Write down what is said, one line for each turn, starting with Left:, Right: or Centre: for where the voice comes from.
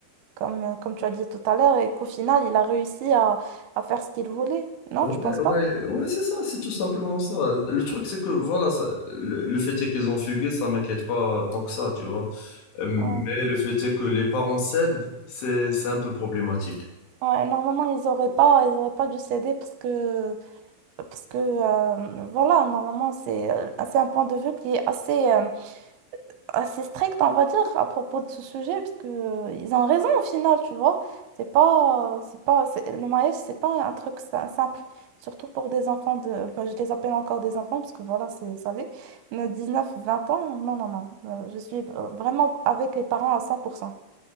Right: comme, euh, comme tu as dit tout à l'heure, et qu'au final, il a réussi à, à faire ce qu'il voulait. Non,
Left: Ouais,
Right: tu penses
Left: ouais,
Right: pas?
Left: ouais, c'est ça, c'est tout simplement ça. Le truc, c'est que voilà, ça- le, le fait est qu'ils ont fugué, ça m'inquiète pas tant que ça, tu vois. Euh, Mais
Right: Ouais.
Left: le fait est que les parents cèdent, c'est, c'est un peu problématique.
Right: Ouais, normalement, ils auraient pas, ils auraient pas dû céder parce que parce que euh, voilà, normalement, c'est euh, c'est un point de vue qui est assez, euh, assez strict, on va dire, à propos de ce sujet, parce que euh, ils ont raison au final, tu vois. C'est pas, euh, c'est pas, c'est- le mariage, c'est pas un truc sim- simple, surtout pour des enfants de, euh, ben, je les appelle encore des enfants, parce que voilà, c'est ça l'est, mais 19, 20 ans, non, non, non, Euh, je suis euh, vraiment avec les parents à 100%.